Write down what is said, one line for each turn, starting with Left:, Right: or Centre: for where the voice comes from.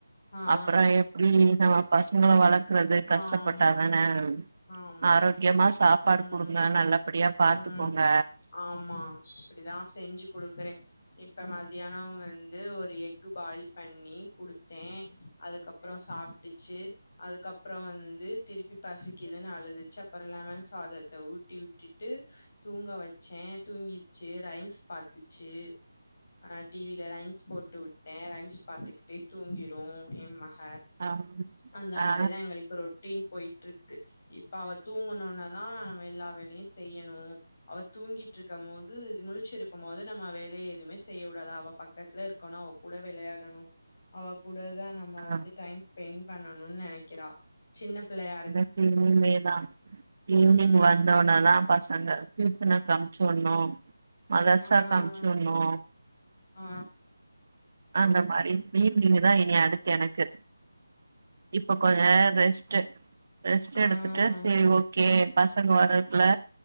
Left: ஆ
Right: அப்புறோ எப்டி நம்ம பசங்கள வளர்க் குறது கஷ்டப்
Left: ஆமா
Right: பட்டாங்கனே
Left: ஆமா
Right: ஆரோக்கியமா சாப்பாடு
Left: ம்
Right: கொடுக்கலா நல்லபடியா
Left: ம்
Right: பாத்துக்கோங்க
Left: ஆமா அப்டிதா செஞ்சு கொடுக்குறே இப்ப மதியானோ வந்து ஒரு எக் பாயில் பண்ணி குடுத்தே அதுக்கப்புறோ சாப்பிட்டுச்சு அதுக்கப்புறோ வந்து திருப்பி பசிக் க்குதுன்னு அழுதுச்சு அப்புறோ லெமன் சாதத்தை ஊட்டி விட்டுட்டு தூங்க வச்சே தூங்கிர்ச்சு ரைம்ஸ் பாத்துச்சு ஆ டிவிலா ரைம்ஸ் போட்டு வுட்டே ரைம்ஸ் பாத்துக்கிட்டே தூங்கிரூ எ மக
Right: ஆ
Left: அந்த
Right: ஆ
Left: மாரிதா எங்களுக்கு ரொட்டீன் போயிட்டிருக்கு இப்ப அவ தூங்கணுட்னே தா நம்ம எல்லா வேலயூ செய்யணோ அவ தூங்கி ட்ருக்கும் போது முழுச்சிர் ருக்கூ போது நம்ம வேலய எதுவுமே செய்ய கூடது அவ பக்கத்துல இருக்கணோ அவ கூட விளயாடணூ அவ கூடதா நம்ம
Right: ஆ
Left: வந்து டைம் ஸ்பெண்ட் பண்ணணும்னு நெனைக்கிறா சின்ன பிள்ளையாட்
Right: எனக்கு இனிமே தா ஈவினிங்
Left: ம்
Right: வந்தா போனாதா பசங்க <unintelligible> அன்ப்சிவுட்னோ மதர்சாக்கு
Left: ஆ
Right: அன்ப்சிவுட்னோ
Left: ஆ
Right: அந்த மாரி பீ பிளிங்கா தா இங்க அடுத்து எனக்கு இப்ப கொஞ்செ நேரோ ரெஸ்ட் டு ரெஸ்ட்
Left: ஆ ஆ
Right: எடுத்துட்டு சரி ஓகே பசங்க வரக்குல்ல